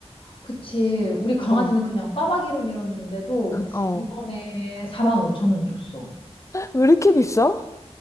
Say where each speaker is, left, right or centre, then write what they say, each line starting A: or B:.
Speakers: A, on the left (about 50°); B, on the left (about 25°).
A: 그치. 우리 강아지는
B: 어,
A: 그냥 빠박이로 밀었는데도
B: 어.
A: 이번에 4만 5천 원 줬어.
B: 왜 이렇게 비싸?